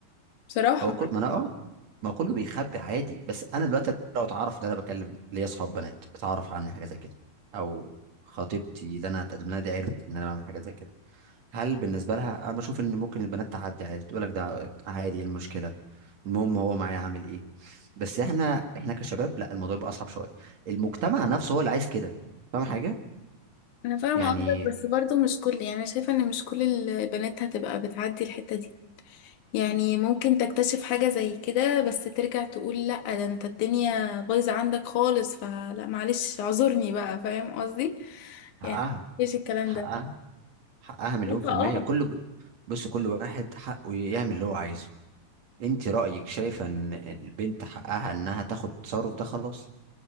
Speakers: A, on the left; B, on the right.
A: بصراحه
B: هو كل ما انا اه ما كله بيخبي عادي بس انا دلوقتي لو اتعرف ان انا بكلم ليا اصحاب بنات اتعرف عني حاجة زي كده او خطيبتي اللي انا هتقدم لها دي عرفت ان انا بعمل حاجة زي كده هل بالنسبه لها انا بشوف ان ممكن البنات تعدي عادي تقول لك ده عادي إيه المشكله المهم هو معايا عامل ايه بس احنا احنا كشباب لا الموضوع بيبقى اصعب شويه المجتمع نفسه هو اللي عايز كده فاهم حاجه
A: انا فاهمه
B: يعني
A: قصدك بس برضو مش كل يعني أنا شايفه ان مش كل البنات هتبقى بتعدي الحته دي يعني ممكن تكتشف حاجه زي كده بس ترجع تقول لا ده انت الدنيا بايظه عندك خالص فلا معلش اعذرني بقى فاهم قصدي
B: حقها
A: يعني ايش الكلام
B: حقها
A: ده
B: حقها مليون
A: لا،
B: في الميه
A: اه
B: كل ب- بص كل واحد حقه يعمل اللي هو عايزه انت رايك شايفه ان البنت حقها انها تاخد التصرف ده خلاص